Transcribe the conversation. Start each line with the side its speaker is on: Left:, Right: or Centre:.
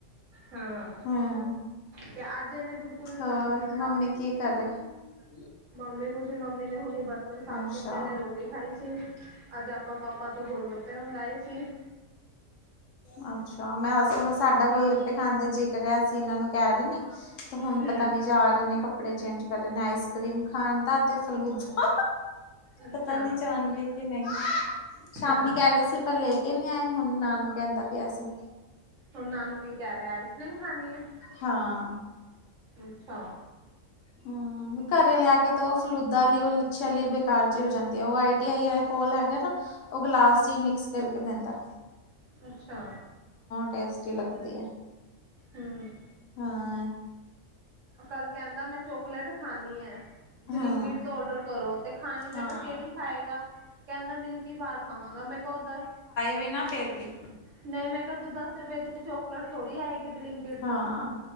Right: ਹਾਂ
Left: ਹੂੰ,
Right: ਤੇ ਅੱਜ ਇਹਨੇ ਬਿਲਕੁਲ ਨੀ
Left: ਹੋਰ
Right: ਕੰਮ ਕੀਤਾ
Left: ਮੰਮੀ ਕੀ ਕਰ ਰਹੇ-।
Right: ਮੰਮੀ ਪੁਛ ਮੰਮੀ ਨੇ। ਹੁਣੀ ਬਰਤਨ ਸਾਫ਼
Left: ਅੱਛਾ
Right: ਕੀਤੇ ਨੇ। ਰੋਟੀ ਤੇ ਹਾਂਜੀ, ਆੱਜ ਆਪਾ ਪਾਪਾ ਤੋ ਗੋਲਗੱਪੇ ਮੰਗਾਏ ਸੀ।
Left: ਹਾਂ <inaudible> ਅੱਛਾ, ਮੈਂ ਸਾਡਾ ਗੋਲ ਗੱਪੇ ਖਾਂ ਦਾ ਜੀ ਕਰਆ ਸੀਂ ਅਸੀਂ ਇਹਨਾਂ ਨੂੰ ਕਹਿ ਰਹੇ ਨੇ, ਤੇ ਹੁਣ
Right: ਹਮ
Left: ਪਤਾ ਨੀ, ਜਾ ਰਹੇ ਨੇ ਕੱਪੜੇ ਚੇਂਜ ਕਰ ਰ ਨੇ, ਆਈਸ ਕਰ੍ਰੀਮ ਖਾਣ ਦਾ, ਤੇ ਫਲੂਦਾ
Right: ਅੱਛਾ
Left: ਪਤਾ ਨੀ ਜਾਣਗੇ ਕਿ ਨਹੀਂ, ਸ਼ਾਮੀ
Right: ਹਾਂ
Left: ਕਹਿ ਰਹੇ ਸੀ ਪਰ ਲੈ ਕੇ ਨਹੀਂ ਆਏ ਹੁਣ ਨ ਨੂੰ ਕਹਿੰਦਾ ਪਿਆ ਸੀ।
Right: ਉਹਨਾਂ ਨੂੰ ਕੀ ਕਹਿ ਰਿਹਾ ਆਈਸ ਕਰੀਮ ਖਾਣੀ ਹੈ।
Left: ਹਾਂ-
Right: ਅਛਾ-
Left: ਹਮ, ਘਰੇ ਲਿਆ ਕੇ ਦਿੳ ਫਲੂਦਾ ਲੳ ਲਛਾ ਵਾਲੀ ਤਾਜੀ ਹੋ ਜਾਂਦੀ ਆ, ਉਹ ਆਈਟੀ ਆਈ ਕੋਲ ਹੈਗਾ ਨਾ ਉਹ ਗਲਾਸ ਚ ਮਿਕਸ ਕਰਕੇ ਦਿਦਾ।
Right: ਅਛਾ
Left: ਟੇਸਟੀ ਲੱਗਦੀ
Right: ਹੂੰ
Left: ਹੈ
Right: -
Left: ਹਾਂ-
Right: ਕਲ ਕਹਿਦਾ ਮੈਂ ਚੋਕਲੇਟ ਖਾਣੀ ਹੈ। ਬਲਿੰਕਿਟ
Left: ਹਾਂ
Right: ਤੋਂ ਡਰ ਕਰੋ ਤੇ ਖਾਣੀ ਮੈਂ
Left: ਹਾਂ
Right: ਕਿਹਾ ਕਿਹੜੀ ਖਾਏਗਾ। ਕਹਿਦਾ ਮਿਲਕੀ ਬਾਹਰ ਖਾਵਾਂਗਾ ਮੈਂ ਕਿਹਾ ਓਦਾਂ
Left: ਵੀਨਾ ਫੇਰ ਵੀ-
Right: ਨਹੀ ਮੈਂ ਕਿਹਾ ਦਸ ਰੁਪਏ ਦੀ ਚੋਕਲੇਟ ਥੋੜ੍ਹੀ ਆਏਗੀ ਬਿਲਿੰਕਟ
Left: ਹਾਂ
Right: ਤੋਂ